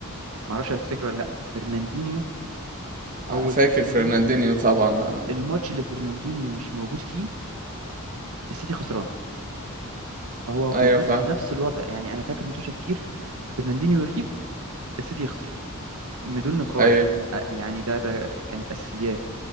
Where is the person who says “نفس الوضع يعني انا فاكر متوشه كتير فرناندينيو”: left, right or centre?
Right